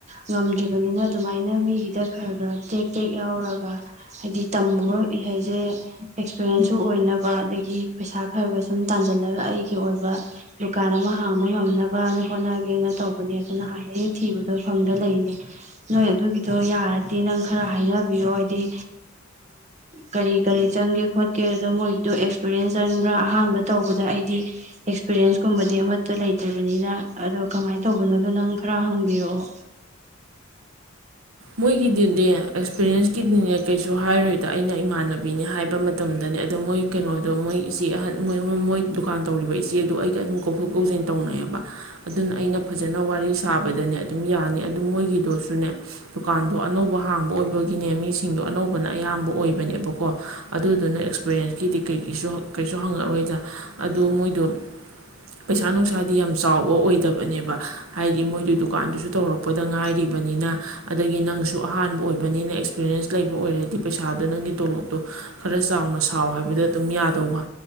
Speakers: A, on the right (about 35°); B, on the right (about 85°).
A: ꯉꯝꯗ꯭ꯔꯤꯕꯅꯤꯅ ꯑꯗꯨꯃꯥꯏꯅ ꯃꯤꯒꯤꯗ ꯈꯔ ꯈꯔ ꯇꯦꯛ ꯇꯦꯛ ꯌꯥꯎꯔꯒ ꯍꯥꯏꯗꯤ ꯇꯝꯃꯒ ꯏꯍꯩꯁꯦ ꯑꯦꯛꯁꯄꯔꯌꯦꯦꯟꯁꯁꯨ ꯑꯣꯏꯅꯕ ꯑꯗꯒꯤ ꯄꯩꯁꯥ ꯈꯔ ꯈꯔ ꯁꯨꯝ ꯇꯥꯟꯖꯜꯂꯒ ꯑꯩꯒꯤ ꯑꯣꯏꯕ ꯗꯨꯀꯥꯟ ꯑꯃ ꯍꯥꯡꯕ ꯉꯝꯅꯕꯅ ꯍꯣꯠꯅꯒꯦꯅ ꯇꯧꯕꯅꯦ ꯑꯗꯣ ꯅꯍꯥꯟꯗꯩ ꯊꯤꯕꯗꯣ ꯐꯪꯗ ꯂꯩꯅꯦ ꯅꯣꯏ ꯑꯗꯨꯒꯤꯗꯣ ꯌꯥꯔꯗꯤ ꯅꯪ ꯈꯔ ꯍꯥꯏꯅꯕꯤꯌꯣ ꯍꯥꯏꯗꯤ ꯀꯔꯤ ꯀꯔꯤ ꯆꯪꯒꯦ ꯈꯣꯠꯀꯦ ꯑꯗꯣ ꯃꯣꯏ ꯑꯗꯨꯗꯣ ꯑꯦꯛꯁꯄꯤꯔꯤꯌꯦꯟꯁ ꯆꯪꯕ꯭ꯔꯥ ꯑꯍꯥꯟꯕ ꯇꯧꯕꯗ ꯑꯩꯗꯤ ꯑꯦꯛꯁꯄꯤꯔꯌꯦꯟꯁꯀꯨꯝꯕꯗꯤ ꯑꯃꯠꯇ ꯂꯩꯇ꯭ꯔꯤꯕꯅꯤꯅ ꯑꯗꯣ ꯀꯃꯥꯏꯅ ꯇꯧꯕꯅꯣꯗꯣ ꯅꯪ ꯈꯔ ꯍꯪꯕꯤꯔꯛꯑꯣ
B: ꯃꯣꯏꯒꯤꯗꯨꯗꯤ ꯑꯦꯛꯁꯄꯤꯔꯔꯤꯌꯦꯟꯁ ꯀꯤꯗꯤꯅꯦ ꯀꯩꯁꯨ ꯍꯥꯏꯔꯣꯏꯗ ꯑꯩꯅ ꯏꯃꯥꯟꯅꯕꯤꯅꯦ ꯍꯥꯏꯕ ꯃꯇꯝꯗꯅꯦ ꯑꯗꯣ ꯃꯣꯏ ꯀꯩꯅꯣꯗꯣ ꯃꯣꯏ ꯏꯆꯦ ꯑꯍꯟꯣꯏ ꯃꯣꯏ ꯗꯨꯀꯥꯟ ꯇꯧꯔꯤꯕ ꯏꯆꯦꯗꯣ ꯑꯩꯒ ꯑꯗꯨꯝ ꯀꯧꯊꯣꯛ ꯀꯧꯁꯤꯟ ꯇꯧꯅꯩꯑꯕ ꯑꯗꯨꯅ ꯑꯩꯅ ꯐꯖꯅ ꯋꯥꯔꯤ ꯁꯥꯕꯗꯅꯦ ꯑꯗꯨꯝ ꯌꯥꯅꯤ ꯑꯗꯨ ꯃꯣꯏꯒꯤꯗꯣꯁꯨꯅꯦ ꯗꯨꯀꯥꯟꯗꯣ ꯑꯅꯧꯕ ꯍꯥꯡꯕ ꯑꯣꯏꯕꯒꯤꯅꯦ ꯃꯤꯁꯤꯡꯗꯣ ꯑꯅꯧꯕꯅ ꯑꯌꯥꯝꯕ ꯑꯣꯏꯕꯅꯦꯕꯀꯣ ꯑꯗꯨꯗꯨꯅ ꯑꯦꯛꯁꯄꯔꯌꯦꯦꯟꯁꯀꯤꯗꯤ ꯀꯩꯒꯤꯁꯨ ꯀꯩꯁꯨ ꯍꯪꯉꯛꯔꯣꯏꯗ ꯑꯗꯨ ꯃꯣꯏꯗꯣ ꯄꯩꯁꯥ ꯅꯨꯡꯁꯥꯗꯤ ꯌꯥꯝ ꯆꯥꯎꯕ ꯑꯣꯏꯗꯕꯅꯦꯕ ꯍꯥꯏꯗꯤ ꯃꯣꯏꯗꯨ ꯗꯨꯀꯥꯟꯗꯨꯁꯨ ꯇꯧꯔꯛꯄꯗ ꯉꯥꯏꯔꯤꯕꯅꯤꯅ ꯑꯗꯒꯤ ꯅꯪꯁꯨ ꯑꯍꯥꯟꯕ ꯑꯣꯏꯕꯅꯤꯅ ꯑꯦꯛꯁꯄꯤꯔꯤꯌꯦꯟꯁ ꯂꯩꯕ ꯑꯣꯏꯔꯗꯤ ꯄꯩꯁꯥꯗꯣ ꯅꯪꯒꯤ ꯇꯣꯂꯣꯞꯇꯣ ꯈꯔ ꯆꯥꯎꯅ ꯁꯥꯎ ꯍꯥꯏꯕꯗ ꯑꯗꯨꯝ ꯌꯥꯗꯧꯕ